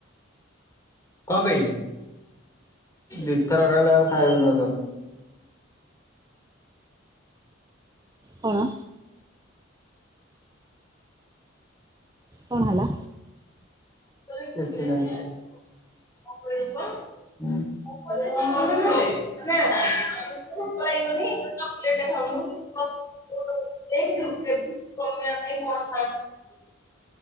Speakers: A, on the left; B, on the right.
A: ପେଇଁ। ଦିଥର ଖାଇଲେ ଆଉ ଖାଇ ହୋଉନି। <unintelligible>
B: କଣ? କଣ ହେଲା?
A: କିଛି ନାଇଁ। <unintelligible> ଚି ଭୋକୋ ଲାଗିବନି ଗୋଟେ ଚକ୍ଲେଟ୍ ଟେ ଖାଉନୁ <unintelligible>